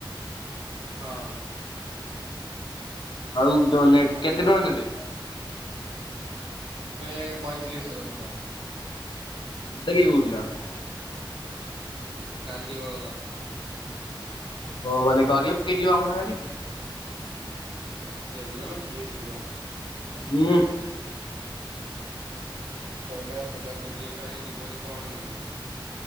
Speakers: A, on the right; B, on the left.
A: ହଁ।
B: <unintelligible> କେତେ ଟଙ୍କା ନେବେ?
A: ନେବେ ପଇଁତିରିଶ <unintelligible> ଟଙ୍କା।
B: <unintelligible>
A: ଯୋଉ ନାଲି ବଳଦ।
B: ହ ମାନେ <unintelligible> ଆମ ସାଙ୍ଗରେ।
A: ଆମେ ଯିଆ ଦି ଜଣ କିଏ ଯିବ।
B: ହୁଁ।
A: ସେ ଆଉ କହିଲା କହିଲା ବୁଲି କାଳେ ଯିବନି କଣ ହେଇ ଯିବି।